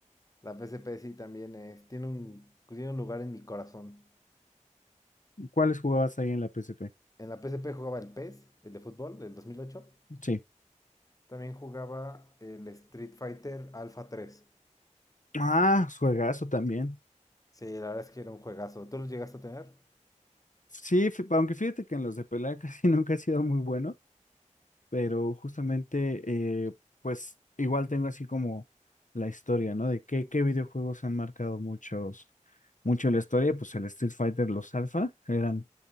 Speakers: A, on the left (about 25°); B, on the left (about 75°).
A: La PSP sí también es, tiene un, tiene un lugar en mi corazón.
B: ¿Cuáles jugabas ahí en la PSP?
A: En la PSP jugaba el PES, el de fútbol, del 2008.
B: Sí.
A: También jugaba el Street Fighter Alpha tres
B: Ah, juegazo también.
A: Sí, la verdad es que era un juegazo. ¿Tú lo llegaste a tener?
B: Sí, fí- aunque fíjate que en los de pelea <laughs> casi nunca he sido muy bueno. pero justamente, eh, pues igual tengo así como la historia, ¿no? De qué, qué videojuegos han marcado muchos, mucho la historia, pues el Street Fighter, los Alpha, eran,